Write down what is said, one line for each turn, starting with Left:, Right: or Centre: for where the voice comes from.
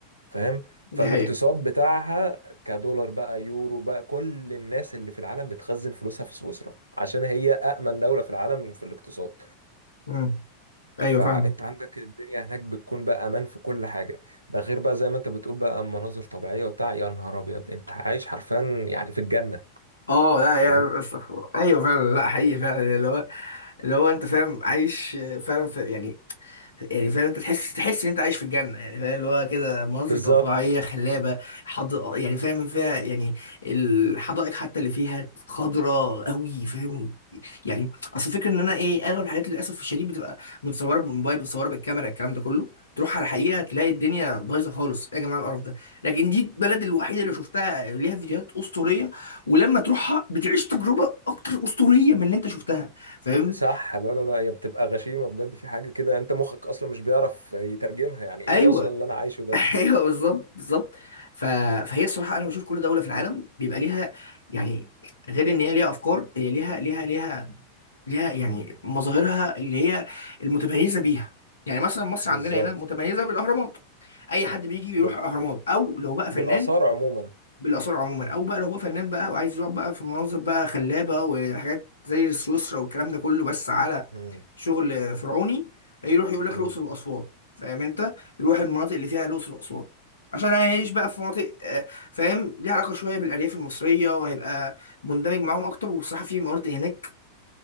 Right: فاهم
Left: دي
Right: فالاقتصاد
Left: حقيقة
Right: بتاعها كدولار بقى يورو بقى كل الناس اللي في العالم بتخزن فلوسها في سويسرا عشان هي أأمن دولة في العالم في الاقتصاد
Left: مم. ايوه
Right: فأنت
Left: فاهمة
Right: عندك الدنيا هناك بتكون بقى أمان في كل حاجة ده غير بقى زي ما أنت بتقول بقى مناظر طبيعية وبتاع يا نهار أبيض أنت عايش حرفيا يعني في الجنة
Left: اه لا
Right: فاهم
Left: يا ف- ايوه فعلا لا حقيقي فعلا اللي هو اللي هو انت فاهم عايش فعلا في يعني يعني فاهم انت تحس تحس ان انت عايش في الجنه يعني فاهم اللي هو كده مناظر
Right: بالظبط
Left: طبيعيه خلابه حض... يعني فاهم فيها يعني الحدائق حتى اللي فيها خضراء قوي فاهم يعني اصل الفكره ان انا ايه اغلب الحاجات للاسف الشديد بتبقى متصوره بالموبايل متصوره بالكاميرا الكلام ده كله تروح على الحقيقه تلاقي الدنيا بايظه خالص ايه يا جماعه القرف ده لكن دي البلد الوحيده اللي شفتها ليها فيديوهات اسطوريه ولما تروحها بتعيش تجربه اكتر اسطوريه من اللي انت شفتها فاهم
Right: صح لا لا لا هي بتبقى غشيمة بجد في حاجة كده انت مخك اصلا مش بيعرف يترجمها يعني ايه
Left: ايوه
Right: اصلا اللي انا عايشه
Left: <laughs>
Right: ده
Left: ايوه بالظبط بالظبط ف... فهي الصراحه انا بشوف كل دوله في العالم بيبقى ليها يعني غير ان هي ليها افكار هي ليها ليها ليها ليها يعني مظاهرها اللي هي المتميزه بيها يعني مثلا مصر
Right: بالظبط
Left: عندنا هنا متميزه بالاهرامات اي حد بيجي يروح
Right: بال...
Left: اهرامات او لو بقى فنان
Right: بالاثار عموما
Left: بالاثار عموما او بقى لو هو فنان بقى وعايز يقعد بقى في مناظر بقى خلابه وحاجات زي سويسرا والكلام ده كله بس على
Right: مم.
Left: شغل فرعوني يروح يقول لك
Right: مم.
Left: الاقصر واسوان فاهم انت يروح المناطق اللي فيها الاقصر واسوان عشان هيعيش بقى في مناطق آه، فاهم ليها علاقه شويه بالارياف المصريه وهيبقى مندمج معاهم اكتر وبصراحه في مناطق هناك